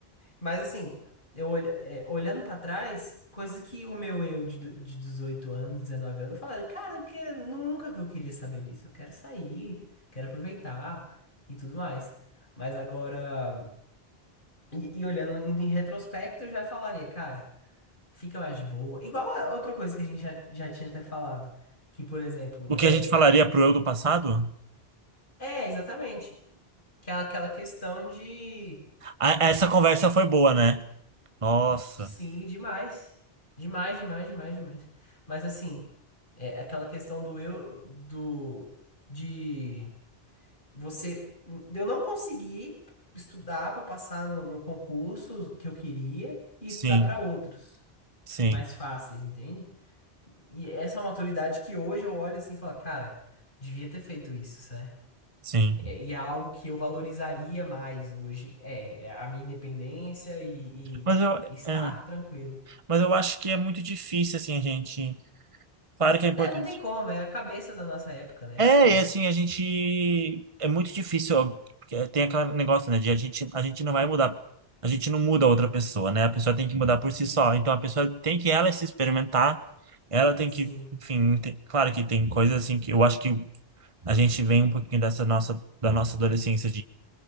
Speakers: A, on the left (about 50°); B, on the right (about 30°).
A: Mas assim, eu olha, é, olhando pra trás, coisas que o meu eu de, do- de 18 anos, 19 anos, falava, cara, eu quero- nunca que eu queria saber disso. Eu quero sair, quero aproveitar e tudo mais. Mas agora, e, e olhando em retrospecto, eu já falaria, cara. Fica mais de boa. Igual a outra coisa que a gente já, já tinha até falado. Que, por exemplo,
B: O
A: é.
B: que a gente falaria pro eu do passado?
A: É, exatamente. Que é aquela questão de.
B: Ah, essa conversa foi boa, né? Nossa.
A: Sim, demais. Demais, demais, demais, demais. Mas assim, é aquela questão do eu. Do. De. Você. De eu não conseguir estudar para passar no, no concurso que eu queria e
B: Sim,
A: estudar para outros
B: sim,
A: mais fáceis, entende? E essa é uma maturidade que hoje eu olho assim e falo, cara, devia ter feito isso, né
B: sim.
A: É, E é algo que eu valorizaria mais hoje. É, é a minha independência e,
B: Mas eu, é,
A: e estar tranquilo.
B: mas eu acho que é muito difícil, assim, a gente. Claro que é importante
A: É, não tem como, é a cabeça da nossa época, né? É
B: É,
A: assim mesmo.
B: e assim, a gente. É muito difícil, ó, porque é, tem aquele negócio, né, de a gente, a gente não vai mudar. A gente não muda a outra pessoa, né? A pessoa tem que mudar por si
A: Sim,
B: só. Então a pessoa tem que ela se experimentar, ela tem
A: sim.
B: que, enfim, ente- claro que tem coisas assim que eu acho que a gente vem um pouquinho dessa nossa, da nossa adolescência